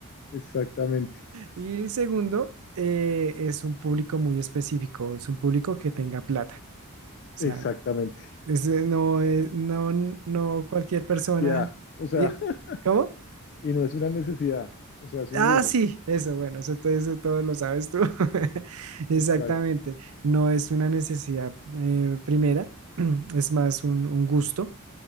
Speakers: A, on the left; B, on the right.
A: exactamente,
B: Y el segundo, eh, es un público muy específico, es un público que tenga plata. O sea,
A: exactamente.
B: es- no es, no, no cualquier persona.
A: Necesidad, o sea,
B: di-
A: <laughs>
B: ¿Cómo?
A: y no es una necesidad, o sea, es
B: Ah,
A: un lujo.
B: sí, eso, bueno, eso, todo- eso todo lo sabes tú. <laughs> Exactamente.
A: Exacto,
B: No es una necesidad eh, primera, <clears throat> es más un, un gusto.